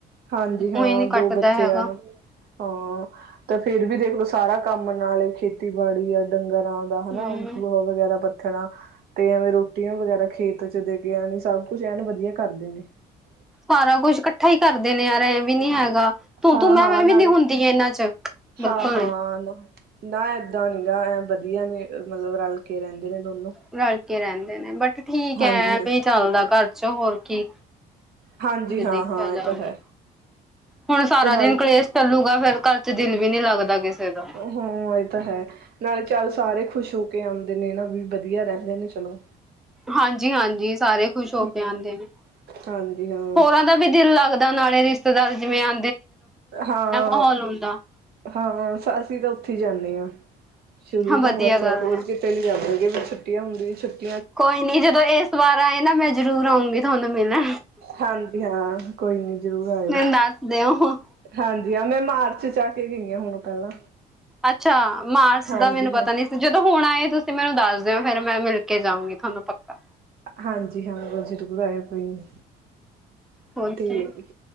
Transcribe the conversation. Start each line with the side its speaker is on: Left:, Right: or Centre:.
Right: ਹਾਂਜੀ ਹਾਂ,
Centre: ਊਈ ਨੀ ਕੱਟਦਾ
Right: ਦੋ ਬੱਚੇ
Centre: ਹੈਗਾ
Right: ਹਨ ਹਾਂ, ਫੇਰ ਵੀ ਦੇਖਲੋ ਸਾਰਾ ਕੰਮ ਨਾਲ ਖੇ ਖੇਤੀਬਾੜੀ ਹੈ ਡੰਗਰ ਤਰ੍ਹਾਂ ਦਾ ਹਨਾ,
Centre: ਹਮ
Right: ਵਗੈਰਾ ਪ <unintelligible> ਣਾ ਤੇ ਐਵੇਂ ਰੋਟੀਆਂ ਵਗੈਰਾ ਖੇਤ ਚ ਦੇ ਕੇ ਆਣੀ ਸਭ ਕੁਛ ਐਨ ਵਧੀਆ ਕਰਦੇ ਨੇ।
Centre: ਸਾਰਾ ਕੁੱਝ ਇਕੱਠਾ ਹੀ ਕਰਦੇ ਨੇ ਯਾਰ ਐ ਵੀ ਨੀ, ਹੈਗਾ ਤੂੰ
Right: ਹਾਂ
Centre: ਤੂੰ ਮੈਂ
Right: ਹਾਂ
Centre: ਮੈਂ
Right: ਨਾਲੇ,
Centre: ਵੀ ਨੀ ਹੁੰਦੀ ਇਹਨਾਂ ਚ ਬਿਲਕੁਲ
Right: ਹਾਂ ਹਾਂ,
Centre: ਨੀ
Right: ਨਾ ਨਾ ਏਦਾਂ ਨੀ ਗਾ, ਐ ਵਧੀਆ ਨੇ ਮਤਲਬ ਰਲ ਕੇ ਰਹਿੰਦੇ ਨੇ। ਦੋਨੋਂ
Centre: ਰਲਕੇ ਰਹਿੰਦੇ ਨੇ, ਬਟ ਠੀਕ
Right: ਹਾਂਜੀ
Centre: ਹੈ ਐਵੇ
Right: ਹਾਂ
Centre: ਚੱਲਦਾ ਘਰ ਚ ਹੋਰ ਕੀ।
Right: ਹਾਂਜੀ
Centre: ਜੇ
Right: ਹਾਂ
Centre: ਦੇਖਿਆ
Right: ਹਾਂ
Centre: ਜਾਵੇ,
Right: ਇਹ ਤਾਂ ਹੈ
Centre: ਹੁਣ ਸਾਰਾ
Right: ਰਲ
Centre: ਦਿਨ ਕਲੇਸ਼ ਚੱਲੂਗਾ ਫੇਰ ਕੱਲ ਤੇ ਦਿਲ ਵੀ ਨੀ ਲੱਗਦਾ ਕਿਸੇ ਦਾ
Right: ਹਮ ਇਹ ਤਾਂ ਹੈ ਨਾਲੇ ਚੱਲ ਸਾਰੇ ਖੁਸ਼ ਹੋ ਕੇ ਆਉਂਦੇ ਨੇ ਨਾ ਵੀ ਵਧੀਆ ਰਹਿੰਦੇ ਨੇ ਚਲੋ
Centre: ਹਾਂਜੀ-ਹਾਂਜੀ, ਸਾਰੇ ਖ਼ੁਸ਼ ਹੋ
Right: ਹਮ
Centre: ਕੇ ਆਉਂਦੇ ਨੇ
Right: ਹਾਂਜੀ ਹਾਂ
Centre: ਹੋਰਾਂ ਦਾ ਵੀ ਦਿਲ ਲੱਗਦਾ ਨਾਲੇ ਰਿਸ਼ਤੇ ਰਿਸ਼ਤੇਦਾਰ ਜਿਂਵੇ ਆ
Right: ਹਾਂ
Centre: ਮਾਹੌਲ ਹੁੰਦਾ
Right: ਹਾਂ ਅਸੀਂ ਤਾਂ ਉੱਥੇ ਹੀ ਜਾਂਦੇ ਆ। <inaudible> ਸ਼ੁਰੂ
Centre: ਹਾਂ ਵਧੀਆ
Right: ਤੋਂ ਬਸ
Centre: ਗੱਲ
Right: ਹੋਰ
Centre: ਹੈ।
Right: ਕਿਤੇ ਨੀ ਜਾਂਦੇ ਜੀ। ਛੁੱਟੀਆ ਹੁੰਦੀ ਛੱਟੀ
Centre: ਕੋਈ ਨੀ ਜਦੋਂ ਇਸ ਵਾਰ ਆਏ ਨਾ ਮੈਂ ਜਰੂਰ ਆਊਂਗੀ। ਤੁਹਾਨੂੰ ਮਿਲਿਆ
Right: ਹਾਂਜੀ ਹਾਂ ਕੋਈ ਨੀ ਜ਼ਰੂਰ ਆਇਓ
Centre: ਮੈਨੂੰ ਦੱਸ ਦਿਓ।
Right: ਹਾਂਜੀ ਮੈਂ ਮਾਰਚ ਚ ਆ ਕੇ ਗਈ ਹਾਂ ਹੁਣ ਪਹਿਲਾਂ
Centre: ਅੱਛਾ। ਮਾਰਚ
Right: ਹਾਂਜੀ
Centre: ਦਾ ਮੈਨੂੰ ਪਤਾ
Right: ਹਾਂ
Centre: ਨੀ ਸੀ ਜਦੋਂ ਹੁਣ ਆਏ ਤੁਸੀਂ ਮੈਨੂੰ ਦੱਸ ਦੇਓ ਫਿਰ ਮੈਂ ਮਿਲ ਕੇ ਜਾਊਗੀ ਤੁਹਾਨੂੰ ਪੱਕਾ।
Right: ਹਾਂਜੀ ਹਾਂ ਬ ਜ਼ਰੂਰ ਆਇਉਂ ਕੋਈ ਨੀ।
Centre: ਹੋਰ
Right: ਤੇ
Centre: ਕੀ